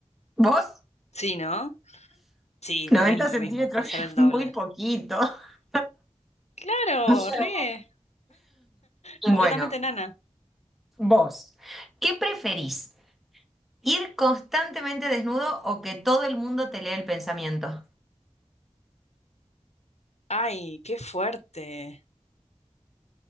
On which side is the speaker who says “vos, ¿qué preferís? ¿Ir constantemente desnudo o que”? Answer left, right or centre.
Centre